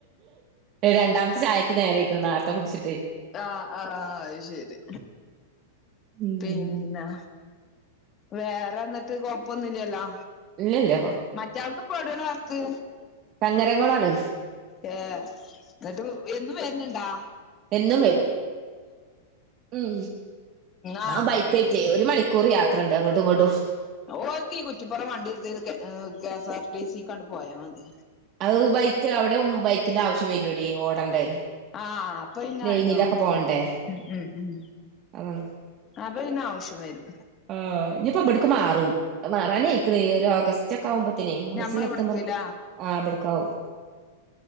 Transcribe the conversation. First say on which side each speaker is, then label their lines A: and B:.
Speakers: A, on the right; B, on the left.
A: രണ്ടാമത്തെ ചായക്ക് നേരായ്ക്കണു നേർത്തെ കുടിച്ചിട്ടേ
B: ആഹ് ആഹ് അയ്ശരി
A: ഉം
B: പിന്നെ വേറെ ന്നിട്ട് കൊഴപ്പൊന്നുംല്ലല്ലോ
A: ഇല്ലല്ല
B: മറ്റാൾക്ക് ഇപ്പ എവടാണ് വർക്ക്
A: ചങ്ങര കൊളാണ്
B: അഏ ന്നിട്ട് എന്നും വരന്ന്ണ്ടാ
A: എന്നും വരും ഉം
B: ആഹ്
A: ആ ബൈക്ക്റ്റ്യേ ഒരു മണി കുറി യാത്ര ഇണ്ട് അങ്ങോട്ടും ഇങ്ങോട്ടും
B: ഓൽക്ക് ഈ കുറ്റിപ്പുറം വണ്ടിട്ത്ത് കെ എ് K S R T C ക്ക് അണ്ട് പോയാ മതി
A: അഹ് ബൈക്ക് അവിടെ ഉം ബൈക്കിന്റെ ആവശ്യം വരൂടി ഓടണ്ടേ
B: ആഹ് അപ്പൊ പിന്നെ
A: ലൈനിലൊക്കെ
B: അയ്നോണം
A: പോണ്ടേ
B: ഉം ഉം
A: അതാണ്
B: അപ്പ പിന്നെ ആവശ്യം വരും
A: ആ എ് ഇഞിപ്പോ ഇബടക്ക് മാറും മാറാനായിക്കണ് ഈ ഒരു ഓഗസ് റ്റൊക്കെ ആവുമ്പത്തിനെ ഓഗസ്റ്റ്
B: ഞമ്മളെ
A: സെപ്റ്റംബർ
B: ഇവിടത്തില്ല.
A: ആ ബടക്കാവും